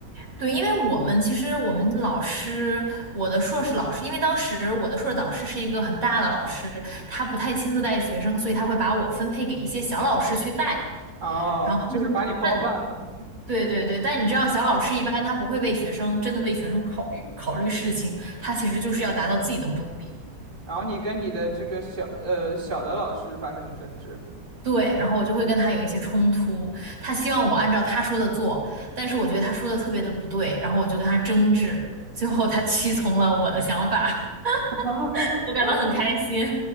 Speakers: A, on the right (about 50°); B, on the right (about 30°).
A: 对，因为我们其实我们老师，我的硕士老师，因为当时我的硕士导师是一个很大的老师，他不太亲自带学生，所以他会把我分配给一些小老师去带。
B: 哦，
A: 然后，
B: 就是把你包办了，
A: 但对对对，但你知道，小老师一般他不会为学生真的为学生考虑考虑事情，他其实就是要达到自己的目的。
B: 然后你跟你的这个小呃小的老师发生了争执。
A: 对，然后我就会跟他有一些冲突，他希望我按照他说的做，但是我觉得他说的特别的不对，然后我就跟他争执，最后他屈从了我的想法，
B: <laughs> 哈哈哈哈
A: <laughs> 我感到很开心。